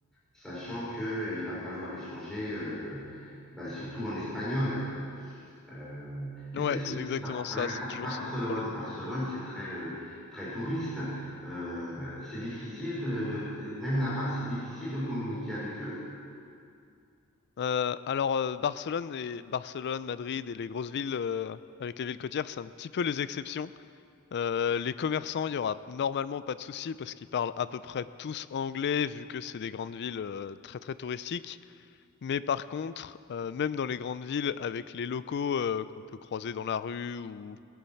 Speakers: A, in the centre; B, on the left.
A: sachant que euh, il va falloir échanger, euh, bah, surtout en espagnol. Euh, et
B: Ouais,
A: qu'est-ce que,
B: c'est exactement
A: bah,
B: ça,
A: par exemple,
B: c'est toujours
A: Barcelone,
B: ce même problème.
A: Barcelone, c'est très, euh, très touriste. Euh, c'est difficile de, de- même là-bas, c'est difficile de communiquer avec eux.
B: Euh, alors euh, Barcelone et Barcelone, Madrid et les grosses villes euh, avec les villes côtières, c'est un petit peu les exceptions. Euh, les commerçants, il y aura normalement pas de souci parce qu'ils parlent à peu près tous anglais vu que c'est des grandes villes euh, très très touristiques. Mais par contre, euh, même dans les grandes villes, avec les locaux euh, qu'on peut croiser dans la rue ou